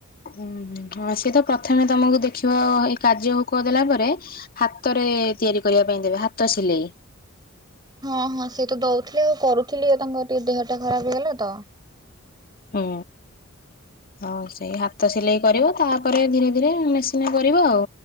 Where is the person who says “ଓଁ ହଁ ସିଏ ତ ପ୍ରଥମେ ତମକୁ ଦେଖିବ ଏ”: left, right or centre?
Left